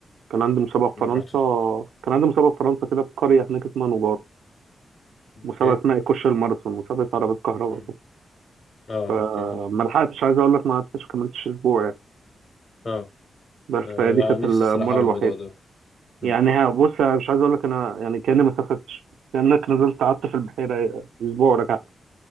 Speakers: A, on the right; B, on the left.
A: كان عندي مسابقة في
B: يعني
A: فرنسا
B: رحت في...
A: كان عندي مسابقة في فرنسا كده في قرية هناك اسمها نجار
B: اوكي
A: مسابقة اسمها إيكوش الماراثون مسابقة عربية كهرباء
B: امم
A: كده
B: اه
A: فما
B: اوكي انت-
A: لحقتش عايز أقول لك ما قعدتش كملتش أسبوع
B: اه
A: بس فدي
B: آه،
A: كانت
B: انا نفسي
A: المرة
B: الصراحه اعمل
A: الوحيدة
B: الموضوع ده
A: يعني
B: امم
A: ها بص أنا مش عايز أقول لك أنا يعني كأني ما سافرتش كأنك نزلت قعدت في البحيرة أسبوع ورجعت